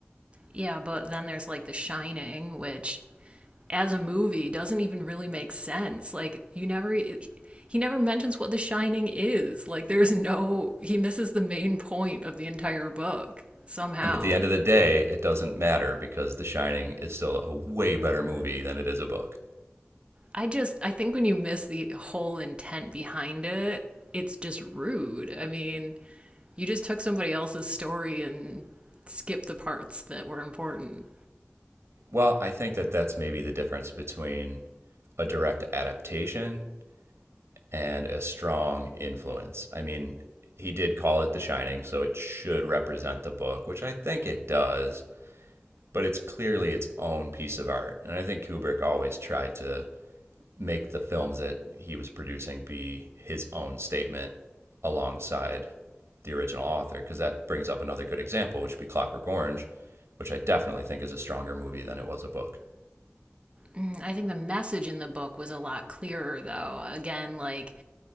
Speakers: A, on the right; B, on the right.
A: Yeah, but then there's like The Shining, which as a movie doesn't even really make sense. Like you never e, he never mentions what The Shining is. Like there's no he misses the main point of the entire book somehow.
B: And at the end of the day, it doesn't matter because The Shining is still a way better movie than it is a book.
A: I just I think when you miss the whole intent behind it, it's just rude. I mean, You just took somebody else's story and skipped the parts that were important.
B: Well, I think that that's maybe the difference between a direct adaptation and a strong influence. I mean, he did call it The Shining, so it should represent the book, which I think it does, but it's clearly its own piece of art. And I think Kubrick always tried to make the films that he was producing be his own statement alongside the original author, because that brings up another good example, which would be Clockwork Orange, which I definitely think is a stronger movie than it was a book.
A: Mm, I think the message in the book was a lot clearer, though. Again, like